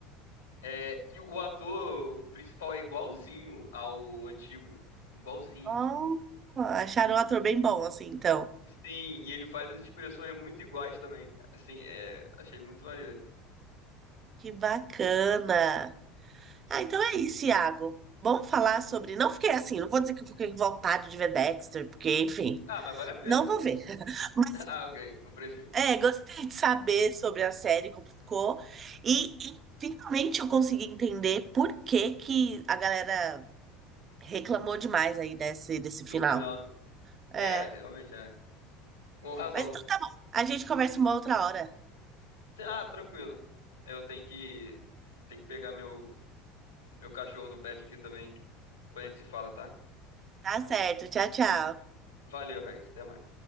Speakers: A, on the left; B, on the right.
A: É, e o ator principal é igualzinho ao antigo, igualzinho.
B: oh, acharam um ator bem bom, assim, então.
A: Sim, e ele faz as expressões muito iguais também. cara. Assim, é, achei muito maneiro.
B: Que bacana. Ah, então é isso, Iago. Vamos falar sobre. Não fiquei assim, não vou dizer que eu fiquei com vontade de ver Dexter, porque, enfim,
A: Ah, mas vale a pena.
B: não vou
A: <laughs>
B: ver. <laughs>
A: Ah, ok, compreendi.
B: É, gostei de saber sobre a série, como ficou. E, e finalmente eu consegui entender por que que a galera reclamou demais aí desse, desse
A: do
B: final.
A: final, né?
B: É.
A: É, realmente, é. Com razão.
B: Mas então tá bom. A gente conversa uma outra hora.
A: Cê- Ah, tranquilo. Eu tenho que, tenho que pegar meu, meu cachorro no pet aqui também. Depois a gente se fala, tá?
B: Tá certo. Tchau, tchau.
A: Valeu, Raíssa. Até mais.